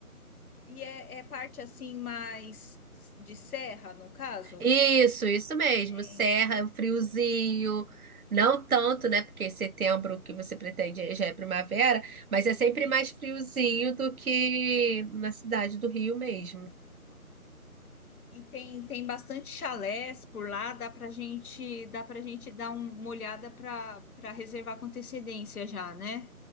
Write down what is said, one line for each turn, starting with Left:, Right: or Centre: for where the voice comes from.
Left: E é, é parte assim mais de serra, no caso?
Right: Isso, isso mesmo.
Left: É,
Right: Serra,
Left: então,
Right: um friozinho. Não tanto, né? Porque setembro que você pretende já é primavera, mas é sempre
Left: sim.
Right: mais friozinho do que na cidade do Rio mesmo.
Left: E tem, tem bastante chalés por lá, dá pra gente, dá pra gente dar um- uma olhada para para reservar com antecedência já, né?